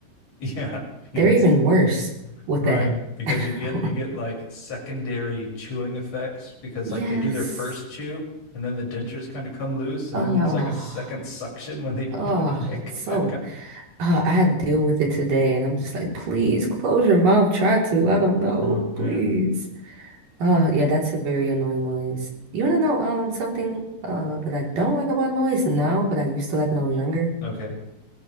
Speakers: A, on the left; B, on the right.
A: Yeah. Yes.
B: They're even worse with
A: Right,
B: that.
A: because
B: <laughs>
A: you get you get like secondary chewing effects because
B: Yes.
A: like they do their first chew and then the dentures kind of come loose and
B: Oh,
A: then there's like a second suction when they
B: oh,
A: <laughs> when they come
B: so.
A: back up.
B: Oh, I had to deal with it today, and I'm just like, please close your mouth. Try to. I don't know.
A: Oh man.
B: Please. Oh, yeah, that's a very annoying noise. You want to know um something uh that I don't like about noise now, but I used to like when I was younger?
A: Okay.